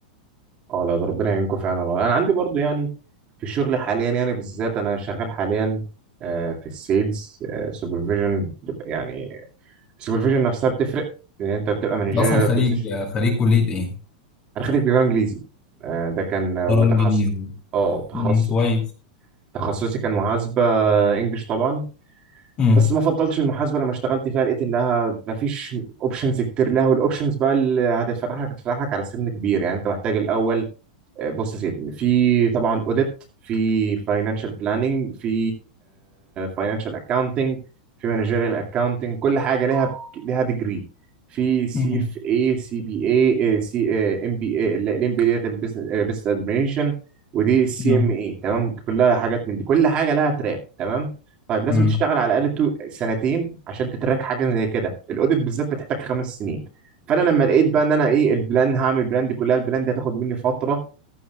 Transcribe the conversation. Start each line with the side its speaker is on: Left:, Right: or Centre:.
Right: اه لا ده ربنا يعينكم فعلا انا عندي برضو يعني في الشغل حاليا يعني بالذات انا شغال حاليا آه، في السيلز سوبرفيجن يعني السوبرفيجن نفسها بتفرق لان انت بتبقى مانجيريال
Left: انت أصلا خريج
Right: بوزيشن
Left: آه، خريج كلية إيه؟
Right: انا خريج تجاره انجليزي آه، ده كان آه،
Left: دولار
Right: وتخصص
Left: انجليزي
Right: اه تخصص
Left: مم، كويس
Right: تخصصي كان محاسبه انجلش طبعا
Left: مم،
Right: بس ما فضلتش المحاسبه لما اشتغلت فيها لقيت انها ما فيش اوبشنز كتير لها والاوبشنز بقى اللي هتتفتح لك هتتفتح لك على سن كبير يعني انت محتاج الاول بص يا سيدي في طبعا اوديت في فاينانشال بلاننج في فاينانشال اكاونتنج في مانجيريال اكاونتنج كل حاجه ليها ليها ديجري في سي
Left: مم،
Right: في اي سي بي اي سي ام بي اي الام بي ديت البيزنس ادمنستريشن ودي السي
Left: مم،
Right: ام اي تمام كلها حاجات من دي كل حاجه لها تراك تمام طيب لازم
Left: مم،
Right: تشتغل على الاقل تو- سنتين عشان تتراك حاجه زي كده الاوديت بالذات بتحتاج خمس سنين فانا لما لقيت بقى ان انا ايه البلان هعمل البلان دي كلها البلان دي هتاخد مني فتره